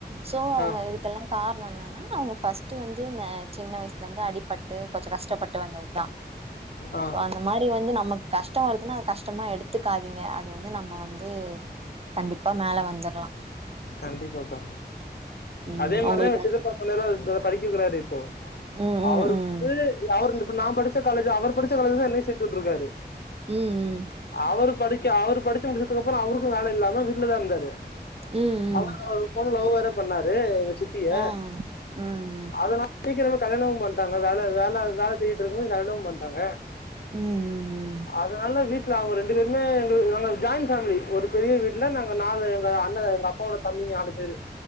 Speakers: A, on the right; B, on the left.
A: சோ அவங்க
B: ஆ ஆ
A: இதுக்கெல்லா காரணோ என்ன நா அவங் ஃபஸ்ட் வந்து ந சின்ன வயசுலருந்து அடிபட்டு கொஞ்சோ கஷ்டப்பட்டு வந்ததுதா
B: ஆ
A: அந்த மாரி வந்து நமக்கு கஷ்டோ வருதுன்னா அது கஷ்டமா எடுத்துக்காதீங்க அது வந்து நம்ம வந்து கண்டிப்பா மேல வந்தரலா
B: கண்டிப்பாக்கா
A: ம்
B: அதே மாரிதா
A: உங்களுக்கு
B: எங்க சிதப்பா சொன்ன எல்லாம் படிக்க வெக்கறாரு இப்போ
A: ம் ம்
B: அவரு
A: ம்
B: வந்து அவரு இப்ப நா படிச்ச காலேஜ் அவர் படிச்ச காலேஜ் தா என்னையு சேத்து விட்டுருக்காரு
A: ம் ம்
B: அவரு படிக்க அவரு படிச்சு முடிச்சதுக்கு அப்புறோ அவருக்கு வேல இல்லாம வீட்ல தா இருந்தாரு
A: ம் ம்.
B: அவரு ஒரு பொண்ண லவ் வேற பண்ணாரு எங்க சித்திய
A: ஆ ம் ம்
B: அதனா சீக்கிரமே கல்யாணமு பண்டாங்க வேல வேல வேல தேடிட்டு இருக்கும்போது கல்யாணமும் பண்டாங்க
A: ம் ம் ம்
B: அதனால வீட்ல அவுங்க ரெண்டு பேருமே எங்களுக்கு எங்களுக்கு ஜாயின்ட் ஃபேமிலி ஒரு பெரிய வீட்டுல நாங்க நாலு எங்க அண்ண எங்க அப் ப்பா ஓட தம்பிங்க நாலு பேரு